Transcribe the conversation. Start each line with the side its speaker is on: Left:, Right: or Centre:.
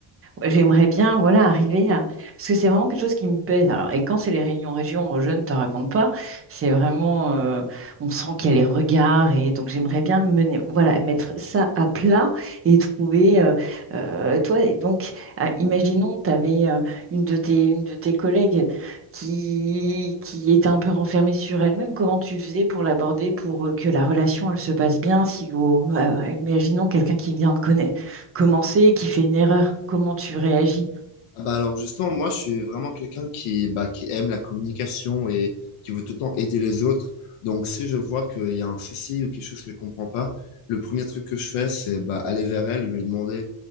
Right: J'aimerais bien, voilà, arriver à... Parce que c'est vraiment quelque chose qui me pèse. Alors, et quand c'est les réunions région, je ne te raconte pas, c'est vraiment... euh, on sent qu'il y a les regards. Et donc, j'aimerais bien mener, voilà, mettre ça à plat et trouver... euh, euh, toi, donc, ah, imaginons, tu avais euh, une de tes, une de tes collègues qui, qui était un peu renfermée sur elle-même. Comment tu faisais pour l'aborder, pour euh, que la relation, elle se passe bien, si... au- euh, imaginons quelqu'un qui vient de connaître commencer, qui fait une erreur, comment tu réagis?
Left: Ah bah alors justement, moi je suis vraiment quelqu'un qui, bah, qui aime la communication et qui veut tout le temps aider les autres. Donc si je vois qu'il y a un souci ou quelque chose que je comprends pas, le premier truc que je fais, c'est bah, aller vers elle et lui demander,